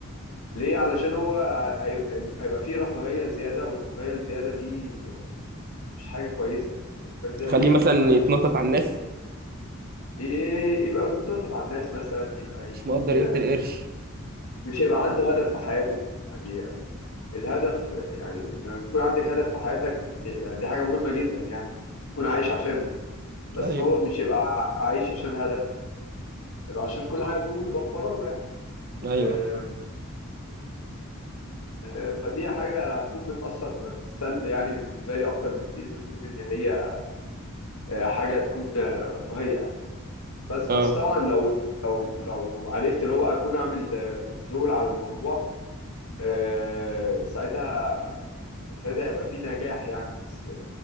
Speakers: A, on the left; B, on the right.
A: ليه علشان هو هيبقى هيبقى فيه رفاهيه زياده والرفاهيه الزياده دي آه، مش حاجه كويسه يعني الرفاهيه الزياده
B: تخليه
A: دي
B: مثلا
A: هتكون آه،
B: يتنطط على الناس
A: ي- يبقى بيتنطط على الناس مثلا يبقى
B: مش
A: يكون
B: مقدر قيمه
A: آه،
B: القرش
A: مش هيبقى عنده هدف في حياته يعني الهدف يعني لما بيكون عندك هدف في حياتك دي- يعني دي حاجة مهمة جدا يعني تكون عايش عشانه بس
B: ايوه
A: هو مش يبقى ع- عايش عشان هدف يبقى عشان كل حاجة تكون متوفرة له يعني
B: ايوه
A: آه،
B: فاهم.
A: آه، فدي حاجة هتكون بتأثر بالسلب يعني بالنسبة لي أكتر بكتير من تكون إن هي آه، حاجة تكون آه، رفاهية يعني بس
B: اه
A: بس طبعا لو لو لو عرفت اللي هو أكون أعمل كنترول على الموضوع آه، ساعتها ساعتها هيبقى في نجاح يعني بس